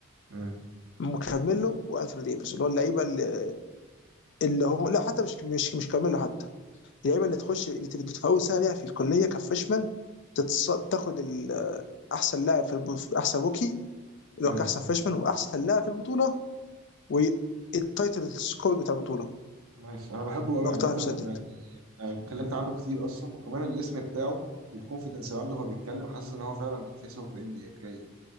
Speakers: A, on the right (about 75°); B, on the left (about 55°).
A: مم.
B: وكارميلو وانثوني ديفيس اللي هو اللعيبه اللي, اللي هو لا حتى مش مش مش كارميلو حتى اللعيبه اللي تخش اللي تبقى في اول سنه ليها في الكليه كفريشمان تتص... تاخد ال- احسن لاعب في الب... احسن روكي اللي
A: مم.
B: هو كاحسن فريشمان واحسن لاعب في البطوله والتايتل سكور بتاع البطوله
A: ماشي انا بحبه قوي
B: اكتر
A: عامه
B: واحد مسدد
A: ويعني أنا اتكلمت عنه كتير اصلا وكمان الاسم بتاعه والكونفيدنس اللي عنده وهو بيتكلم حاسس ان هو فعلا الفيس اوف ذا ام بي اي الجاي